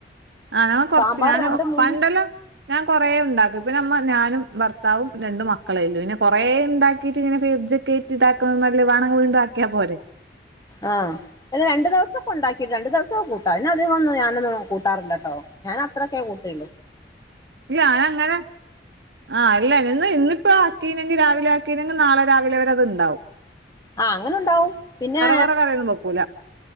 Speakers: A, on the right; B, on the left.
A: ആഹ് ഞമ്മ കൊർച്ച്
B: സാമ്പാർ
A: ഞാന
B: രണ്ട് മൂന്ന്
A: പണ്ടെല്ലാം ഞാൻ കൊറേ ഉണ്ടാക്കും ഇപ്പെ നമ്മ ഞാനും ഭർത്താവും രണ്ട് മക്കളേല്ലു പിന്നെ കൊറേണ്ടാക്കിട്ട് ഇങ്ങനെ ഫ്രിഡ്ജികേ റ്റി താക്ക്ന്ന നല്ലത് വാണങ്കി ണ്ടക്കിയാ പോരെ
B: ആഹ് അല്ല രണ്ട് ദിവസൊക്കെ ഉണ്ടാക്കിയിട്ട് രണ്ട് ദിവസം കൂട്ടാ അതി ഒന്നും ഞാനൊന്നും കൂട്ടാറില്ലോട്ടോ ഞാൻ അത്രൊക്ക കുട്ടല്ലോ
A: യ്യ ഞാനങ്ങനെ ആഹ് അല്ലന്ന് ഇന്നിപ്പോ ആക്കീനെങ്കി രാവിലെ ആക്കീനെങ്കിൽ നാളെ രാവിലെ വരെ അത് ഉണ്ടാവും
B: ആഹ് അങ്ങനെ ഉണ്ടാവും പിന്നെ
A: വേറെ കറിയൊന്നും വെക്കൂല